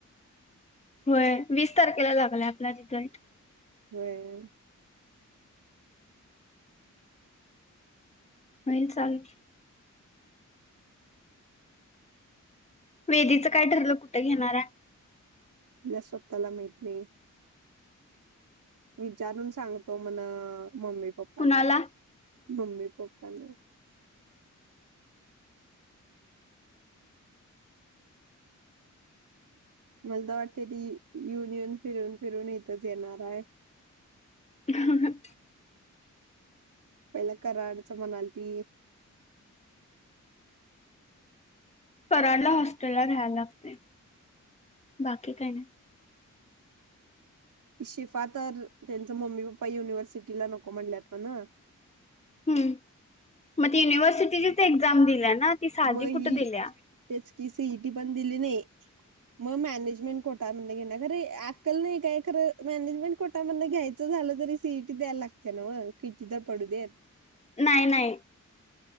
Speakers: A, on the left (about 20°); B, on the right (about 80°).
A: होय वीस तारखेला लागलाय आपला रिझल्ट
B: व्हय
A: होईल चाल वेदीच काय ठरलं कुठं घेणार आहे?
B: तिला स्वतःला माहित नाही. विचारून सांगतो म्हण. मम्मी पप्पांना
A: कुणाला
B: मम्मी पप्पांना. मलातर वाटत ते युनियन फिरून फिरून इथच येणार आहे.
A: ह <unintelligible>
B: पहिला कराडच म्हणालती.
A: कराडला हॉस्टेलला राहायला लागते बाकी काही नाही.
B: ती शिफा तर त्यांचंं मम्मी पप्पा युनिव्हर्सिटीला नको म्हणल्यात म्हणं.
A: ह् मग ती युनिव्हर्सिटीचीच एक्झाम दिली ना? ती साधी
B: मग
A: कुठं
B: ही
A: दिल्या
B: तेच की सीईटी पण दिली नाही. मग मॅनेजमेंट कोट <inaudible> अक्कल नाही काय खरं मॅनेजमेंट कोटा मधनं घ्यायचं झालं तरी सीईटी द्यायला लागते नव्हं मग किती तर पडू देत.
A: नाही नाही